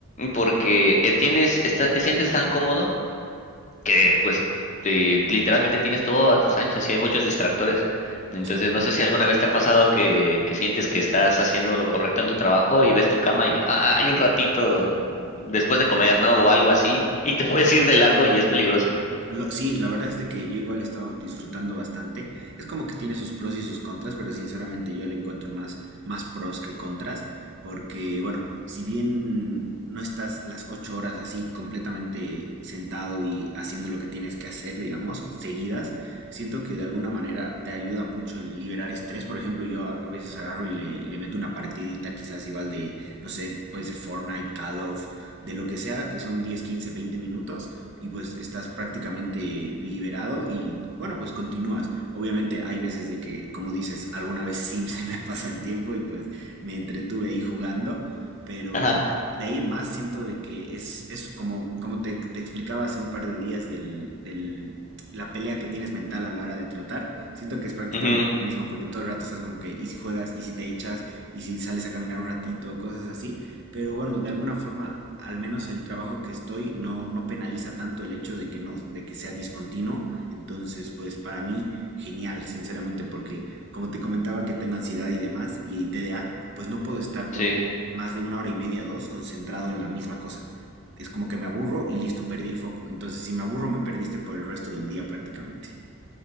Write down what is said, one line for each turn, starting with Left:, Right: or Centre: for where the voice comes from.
Left: porque eh, tienes, está- te sientes tan cómodo que pues eh, literalmente tienes todo a tus anchas y hay muchos distractores. Entonces,
Right: Sí.
Left: no sé si alguna vez te ha pasado que, que sientes que estás haciendo lo correcto en tu trabajo y ves tu cama y "Ah, hay un ratito después de comer, ¿no? O algo así, y te <laughs> puedes ir de largo y es peligroso.
Right: Lo- sí, la verdad es de que yo igual he estado disfrutando bastante. Es como que tiene sus pros y sus contras, pero sinceramente yo le encuentro más, más pros que contras, porque bueno, si bien no estás las ocho horas así completamente sentado y haciendo lo que tienes que hacer, digamos, seguidas, siento que de alguna manera te ayuda mucho el liberar estrés. Por ejemplo, yo a, a veces agarro y le, le meto una partidita quizás igual de, no sé, puede ser Fortnite, Call of, de lo que sea, que son 10 15 20 minutos y pues estás prácticamente liberado y bueno, pues continúas. Obviamente hay veces de que, como dices, alguna vez sí <laughs> se me pasa el tiempo y pues me entretuve ahí jugando, pero
Left: Ajá.
Right: de ahí en más siento de que es, es como, como te, te explicaba hace un par de días del, del, la pelea que tienes mental a la hora de trotar, siento que es prácticamente
Left: ujú,
Right: lo mismo porque todo el rato estás como que, y si juegas, y si te echas, y si sales a caminar un ratito, cosas así. Pero bueno, de alguna forma, al menos el trabajo que estoy no, no penaliza tanto el hecho de que no, de que sea discontinuo. Entonces, pues para mí, genial, sinceramente, porque como te comentaba que tengo ansiedad y demás, y TDA, pues no puedo estar,
Left: sí.
Right: ponte, más de una hora y media, dos, concentrado en la misma cosa. Es como que me aburro y listo, perdí el foco. Entonces, si me aburro, me perdiste por el resto del día prácticamente.